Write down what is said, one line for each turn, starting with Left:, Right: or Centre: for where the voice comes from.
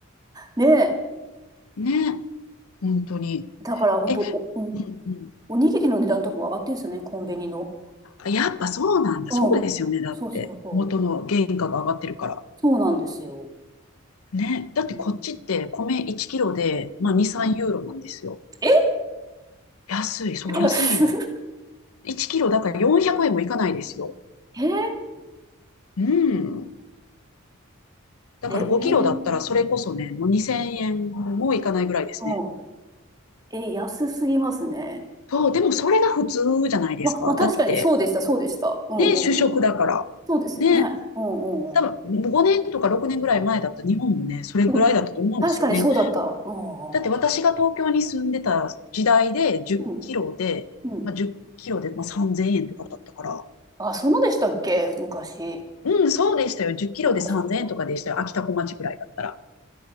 Right: ねえ、
Left: ね、本当に。
Right: だから本当、
Left: え、
Right: お、うん、
Left: うん
Right: おにぎりの値段とかも上がってんですよね、コンビニの。
Left: うん。やっぱそうなんだ。
Right: うん。
Left: そうですよね。だって、
Right: そうそうそう。
Left: 元の原価が上がってるから。
Right: そうなんですよ。
Left: ね、だってこっちって米1キロで、
Right: うん。
Left: まあ、
Right: うん。
Left: 2、3ユーロなんですよ。
Right: え
Left: 安い、そう、
Right: 安っ。
Left: 安いの。1キロだから400円もいかないですよ。
Right: <laughs> えー
Left: うん。だから5キロだったらそれこそね、
Right: ええ
Left: もう2000円もいかないぐらいですね。
Right: うん。え、安すぎますね。
Left: そう、でもそれが普通じゃないですか。
Right: ま、まあ、確かにそうでした、
Left: だって、
Right: そうでした。うんうんうん。
Left: ね、主食だから。
Right: そうですよね。
Left: ね、
Right: うんうんうんうん。
Left: 多分5年とか6年ぐらい前だった日本もね、それぐらいだったと思うんですよね。
Right: うん、確かにそうだった。うんうん
Left: だって私が東京に住んでた時代で10キロで、
Right: うん。うん。うん
Left: まあ、10キロでまあ3000円とかだったから。
Right: あ、そんなでしたっけ、昔。
Left: うん、そうでしたよ。10キロで3000円とかでしたよ。
Right: そっかそっか。
Left: 秋田小町ぐらいだったら。